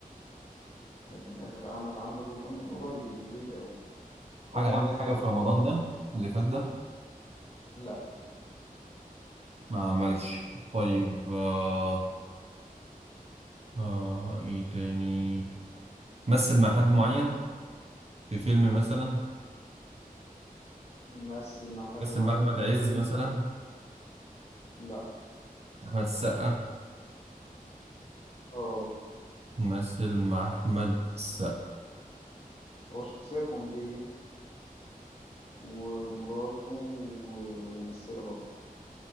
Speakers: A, on the left; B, on the right.
A: لكن اخر عمل عمله كان من قريب مش بعيد قوي
B: حاجة
A: اسهلها
B: عامل حاجة
A: لك
B: في رمضان
A: مراته
B: ده اللي فات ده
A: لا
B: ما عملش طيب آه آه إيه تاني مثل مع حد معين في فيلم مثلا
A: مثل مع حد
B: مثل
A: معين
B: مع أحمد
A: في
B: عز
A: فيلم
B: مثلا
A: لا
B: أحمد السقا
A: اه
B: مثل مع أحمد السقا
A: هو شخصية كوميدية ومراته ممثلة برضه